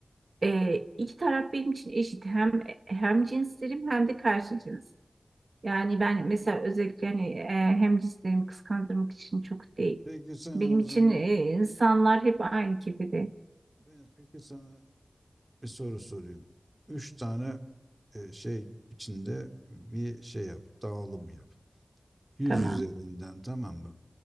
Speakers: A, on the right; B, on the right.
A: e, iki taraf benim için eşit. Hem hem cinslerim hem de karşı cins. Yani ben mesela özellikle hani, e, hem cinslerimi kıskandırmak için çok değil.
B: Peki sana
A: Benim
B: o
A: için
B: zaman
A: e, insanlar hep aynı kefede.
B: ben peki sana bir soru sorayım. Üç tane e, şey içinde bir şey yap, dağılım yap. Yüz
A: Tamam,
B: üzerinden tamam mı?